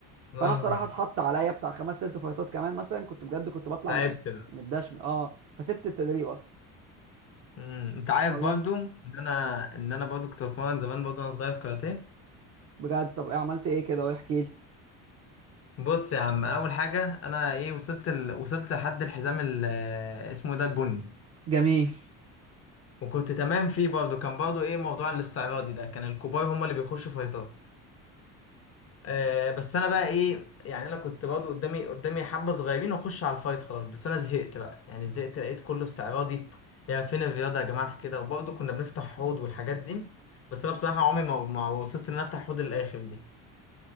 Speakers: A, on the left; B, on the right.
A: اه
B: فانا بصراحه اتحط عليا بتاع خمس ست فايتات كمان مثلا كنت بجد كنت بطلع
A: تعبت
B: م-
A: بقى
B: متدشم اه فسبت التدريب اصلا
A: امم انت عارف
B: والله
A: برضو ان انا ان انا برضو كنت بتمرن زمان برضو وانا صغير كاراتيه
B: بجد طب إيه عملت ايه كده احكي لي
A: بص يا عم اول حاجه انا ايه وصلت ال... وصلت لحد الحزام ال... اسمه ده البني
B: جميل
A: وكنت تمام فيه برضه كان برضه ايه موضوع الاستعراضي ده كان الكبار هم اللي بيخشوا فايتات آه بس انا بقى ايه يعني انا كنت برضه قدامي قدامي حبه صغيرين واخش على الفايت خلاص بس انا زهقت بقى يعني زهقت لقيت كله استعراضي يا فين الرياضه يا جماعه في كده وبرضه كنا بنفتح حوض والحاجات دي بس انا بصراحه عمري ما ما وصلت ان انا افتح حوض للاخر دي